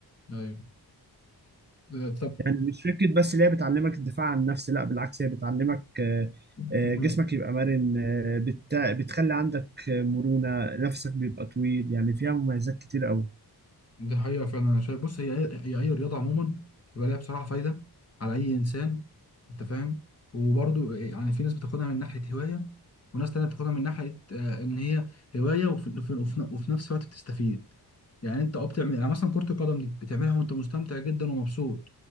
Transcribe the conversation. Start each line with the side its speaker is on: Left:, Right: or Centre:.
Left: ايوه آه،
Right: يعني مش فكرة بس اللي هي بتعلمك الدفاع عن النفس لا بالعكس هي بتعلمك آه،
Left: طب
Right: آه، جسمك يبقى مرن آه، بت- بتخلي عندك آه، مرونة نفسك بيبقى طويل يعني فيها مميزات كتير قوي
Left: دي حقيقة فعلا أنا شايف بص هي هي أي رياضة عموما بيبقى ليها بصراحة فايدة على أي إنسان أنت فاهم وبرضو يعني في ناس بتاخدها من ناحية هواية وناس تانية بتاخدها من ناحية آه، إن هي هواية وفي, وفي, وفي, وفي نفس الوقت بتستفيد يعني أنت أه بتعمل يعني مثلا كرة القدم دي بتعملها وأنت مستمتع جدا ومبسوط